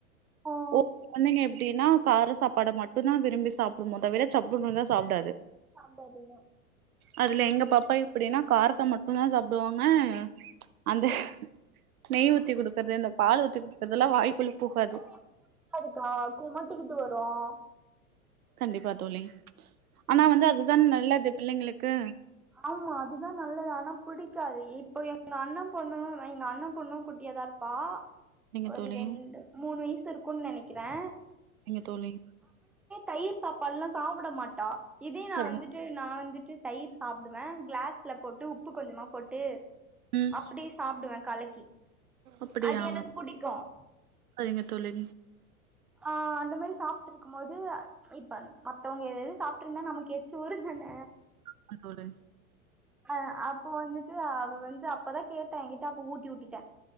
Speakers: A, in the centre; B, on the right.
A: ம்
B: ஓ நீங்க எப் அப்டினா கார சாப்பாட மட்டுதா விரும்பி சாப்புடுனு தவிர சப்புனுருந்தா சாப்டாது
A: சாப்டாதுன்னு
B: அதுல எங்க பாப்பா எப்டினா காரத்த மட்டுதா சாப்டுவாங்க அந்த நெய் ஊத்தி குடுக்கற்து அந்த பால் ஊத்தி குடுக்கறதெல்லா வாய்க்குள்ள
A: ஒவ்வொரு
B: போகாது
A: புள்ளைங்களுக்கு புடிகாதுகா கொமட்டிக்குட்டு வரும்
B: கண்டிப்பா தோழி ஆனா வந்து அதுதான் நல்லது பிள்ளைங்களுக்கு
A: ஆம்மா அதுதா நல்லது ஆனா புடிக்காது இப்போ எங்க அண்ண பொண்ணு எங்க அண்ண பொண்ணு குட்டியாத இருப்பா
B: நீங்க
A: ஒரு
B: தோழி
A: ரெண்டு மூணு வய்சு இருக்குன் நெனைக் கிறேன்
B: நீங்க தோழி
A: தயிர் சாப்பாடுல்லாம் சாப்பிட மாட்டா இதே நான்
B: சரிங்க
A: வந்துட்டு நான் வந்துட்டு தயிர் சாப்பிடுவேன் கிளாஸ்ல போட்டு உப்பு கொஞ்சமா போட்டு
B: ம்
A: அப்படிய சாப்பிடுவேன் கலக்கி
B: அப்டியா
A: அது எனக்கு பிடிக்கும்
B: சரிங்க தோழி
A: ஆஹ் அந்த மாதிரி சாப்பிட்டு இருக்கும் போது இப்ப மத்தவங்க எத எது சாப்பிட்டு இருந்தா நமக்கு ஏச்சும் ஊறும் தான
B: ஆமா தோழி
A: அஹ் அப்போ வந்துட்டு அவ வந்து அப்பதான் கேட்டேன் என்கிட்ட அப்ப ஊட்டி விட்டுட்டேன்